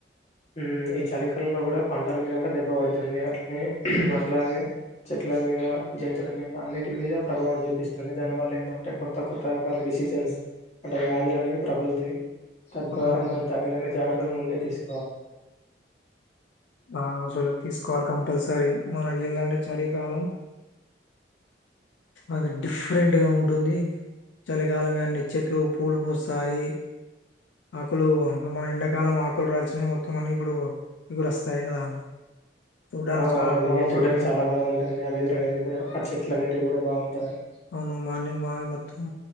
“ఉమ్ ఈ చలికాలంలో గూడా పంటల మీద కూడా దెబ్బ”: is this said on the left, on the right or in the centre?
Left